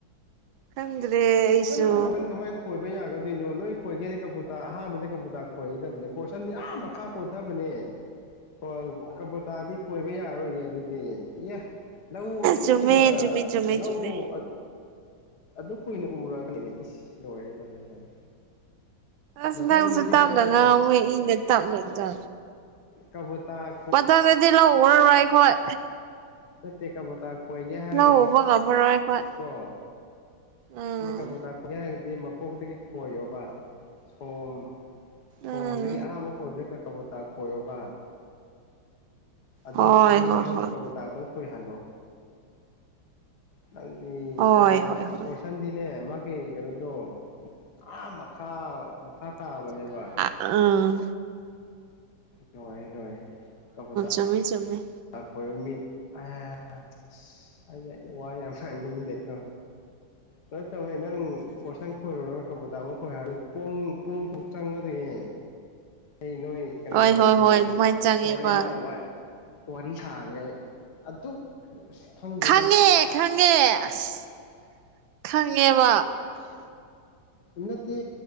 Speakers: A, on the right; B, on the left.
A: ꯈꯪꯗ꯭ꯔꯦ
B: ꯐꯣꯔꯁꯟ
A: ꯑꯩꯁꯨ
B: ꯍꯟ ꯀꯃꯥꯏꯅ ꯈꯣꯏꯕ ꯌꯥꯒꯗꯣꯏꯅꯣ ꯅꯣꯏ ꯈꯣꯏꯒꯦꯗꯤ ꯀꯣꯕꯨꯨꯇꯥ ꯑꯍꯥꯟꯕꯗꯤ ꯀꯣꯕꯨꯨꯇꯥ ꯈꯣꯏꯒꯗꯕꯅꯦ ꯄꯣꯔꯁꯟꯗꯤ ꯑꯥ ꯃꯈꯥ ꯀꯣꯟꯊꯕꯅꯦ ꯍꯣꯏ ꯀꯝꯄꯨꯇꯥꯗꯤ ꯀꯣꯏꯕ ꯌꯥꯔꯣꯏꯌꯦ ꯑꯗꯨꯗꯤ ꯏ ꯂꯧ ꯑꯗꯨ
A: ꯆꯨꯝꯃꯦ
B: ꯀꯨꯏꯅ
A: ꯆꯨꯝꯃꯦ ꯆꯨꯝꯃꯦ
B: ꯂꯧ
A: ꯆꯨꯝꯃꯦ
B: ꯑꯗꯨ ꯀꯨꯏꯅ ꯎꯔꯒꯅꯤꯅꯦ ꯏꯁ ꯂꯣꯏꯔꯦ ꯂꯣꯏꯔꯦ ꯂꯣꯏꯔꯦ
A: ꯑꯁ
B: ꯃꯊꯪꯗꯗꯤ
A: ꯅꯪꯁꯨ
B: ꯑꯗꯨꯃꯥꯏꯅ
A: ꯇꯞꯂꯅ
B: ꯇꯧꯋꯣ
A: ꯃꯣꯏ ꯏꯪꯗ ꯇꯞꯂꯗ꯭ꯔ
B: ꯀꯕꯨꯇꯥ
A: ꯄꯊꯗꯗꯤꯤ ꯂ ꯎꯒꯔ ꯋꯥꯏꯈꯣꯏ
B: ꯆꯠꯇꯦ ꯀꯥꯕꯇꯥ ꯈꯣꯏꯒꯦ ꯍꯥꯏꯔꯒꯗꯤ
A: ꯂꯧ ꯎꯕ ꯉꯝꯃꯔꯣꯏ ꯑꯩꯈꯣꯏ
B: ꯀꯣ
A: ꯎꯝ
B: ꯑꯩꯅ ꯀꯕꯨ ꯇꯥꯛꯄꯤꯒꯦ ꯍꯥꯏꯔꯒꯗꯤ ꯃꯀꯣꯛꯇꯗꯒꯤ ꯈꯣꯏꯌꯣꯕ ꯁꯣꯝ ꯁꯣꯝꯗꯒꯤ
A: ꯎꯝ
B: ꯑꯍꯥꯝꯕ ꯀꯣꯏꯕꯗ ꯀ ꯀꯕꯇꯥ ꯀꯣꯏꯌꯣꯕ ꯑꯗꯨꯝ
A: ꯍꯣꯏ
B: ꯑꯅꯤ
A: ꯍꯣꯏ
B: ꯑꯍꯨꯝ ꯑꯗꯨꯝ
A: ꯍꯣꯏ
B: ꯄ꯭ꯔꯕꯇꯛꯇꯪ ꯀꯏꯍꯜꯂꯣ ꯅꯪꯗꯤ
A: ꯍꯣꯏ
B: ꯀꯥꯏ
A: ꯍꯣꯏ ꯍꯣꯏ
B: ꯐꯣꯔꯁꯟꯗꯤꯅꯦ ꯃꯥꯒꯤ ꯀꯩꯅꯣꯗꯣ ꯑꯥ ꯃꯈꯥ ꯃꯈꯥ ꯇꯥꯕꯅꯦꯕ
A: ꯑꯥ
B: ꯂꯣꯏꯔꯦ ꯂꯣꯏꯔꯦ ꯀꯣꯒꯣꯇ
A: ꯆꯨꯝꯃꯦ ꯆꯨꯝꯃꯦ
B: ꯈꯣꯏꯔꯝꯃꯤ ꯑ ꯑꯁ ꯑꯩ ꯋꯥ ꯌꯥꯝ ꯉꯥꯡꯅꯤꯡꯗꯦꯀꯣ ꯂꯣꯏ ꯇꯧꯋꯦ ꯅꯪ ꯐꯣꯔꯁꯥꯟ ꯈꯣꯏꯔꯨꯔꯒ ꯀꯕꯣꯇꯥ ꯑꯃ ꯈꯣꯏ ꯍꯥꯏꯔꯤ ꯄꯨꯡ ꯄꯨꯡ ꯃꯨꯛ ꯆꯪꯒꯗꯣꯏꯅꯦ ꯑꯩ ꯅꯣꯏ ꯀꯩꯅꯣꯗꯣ
A: ꯍꯣꯏ ꯍꯣꯏ
B: ꯍꯩ
A: ꯍꯣꯏ
B: ꯋꯥꯔꯤ
A: ꯑꯗꯨꯃꯥꯏꯅ ꯆꯪꯉꯦꯕ
B: ꯍꯣꯔꯦꯟ ꯂꯥꯛ ꯋꯥ ꯋꯥꯔꯤ ꯁꯥꯡꯒꯦ ꯑꯩ ꯑꯁ ꯈꯪꯗꯦꯗ
A: ꯈꯪꯉꯦ ꯈꯪꯉꯦ ꯑꯁ ꯈꯪꯉꯦꯕ
B: ꯅꯠꯇꯦ